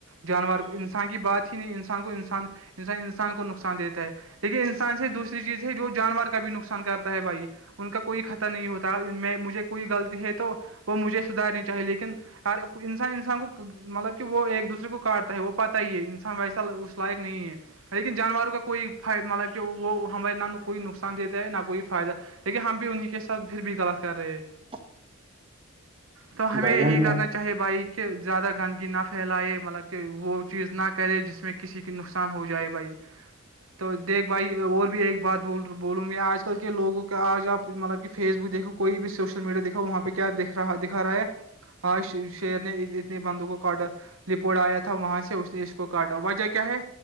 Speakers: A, on the right (about 75°); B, on the right (about 25°).
A: جانور کو انسان کی بات نہیں انسان کو انسان ان انسان کو نقصان دیتا ہے دیکھیے انسان سے دوسری چیز ہے جو جانور کا بھی نقصان کرتا ہے بھائی ان کا کوئی خطر نہیں ہوتا میں مجھے کوئی غلطی ہے تو وہ مجھے سدارنی چاہیے لیکن انسان انسان کو مطلب کہ وہ ایک دوسرے کو کاٹتا ہے وہ پتا ہی ہے انسان ویسا اس لائق نہیں ہے لیکن جانوروں کا کوئی مطلب کہ وہ ہمارے نہ کوئی نقصان دیتا ہے نہ کوئی فائدہ لیکن ہم بھی انہیں کے ساتھ پھر بھی غلط کر رہے ہیں
B: <inaudible>
A: تو ہمیں
B: بھائی
A: یہی
B: جان میں
A: کرنا
B: آپ
A: چاہیے بھائی کہ زیادہ گندگی نہ پھیلائے مطلب کہ وہ چیز نہ کرے جس میں کسی کی نقصان ہو جائے بھائی تو دیکھ بھائی اور بھی ایک بات ب بولوں گی آج کل کے لوگوں کا آج آپ مطلب کہ فیس بک دیکھو کوئی بھی سوشل میڈیا دکھاؤ وہاں پہ کیا دکھا رہا ہے آج شیر نے اس بندو کو کاٹا لپوڑا آیا تھا وہاں سے اس نے اس کو کاٹا وجہ کیا ہے